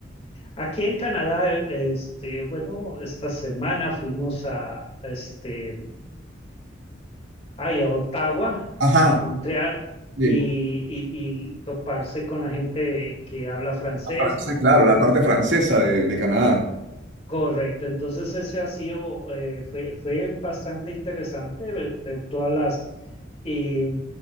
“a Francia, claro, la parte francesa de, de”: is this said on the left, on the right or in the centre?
Right